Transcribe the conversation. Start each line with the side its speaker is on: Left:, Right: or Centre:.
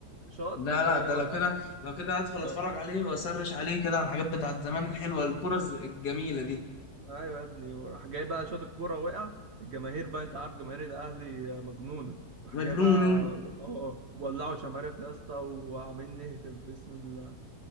Right: شاط
Left: لا
Right: وجاي
Left: لا ده
Right: وقع
Left: لو كده لو كده هدخل
Right: اه
Left: اتفرج عليه واسرش عليه كده على الحاجات بتاعت زمان الحلوه الكره الز- الجميله دي
Right: ايوه يا ابني وراح جاي بقى شاط الكوره وقع الجماهير بقى انت عارف جماهير الاهلي مجنونه راح
Left: مجنون
Right: جاي بقى
Left: إن-
Right: اه ولعوا شماريخ يا اسطى وعاملين نهتف باسم ال...